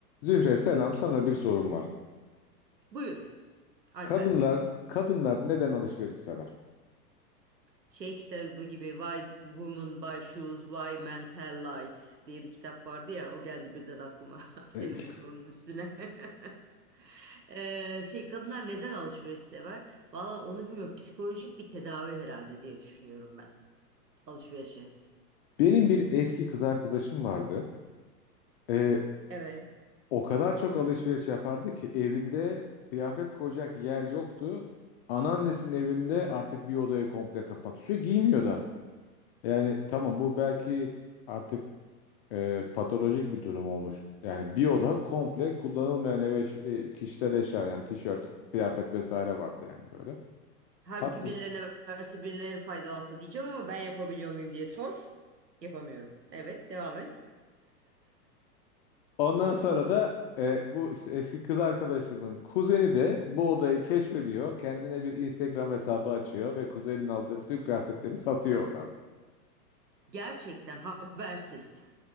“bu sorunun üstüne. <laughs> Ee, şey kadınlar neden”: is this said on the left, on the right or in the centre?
Right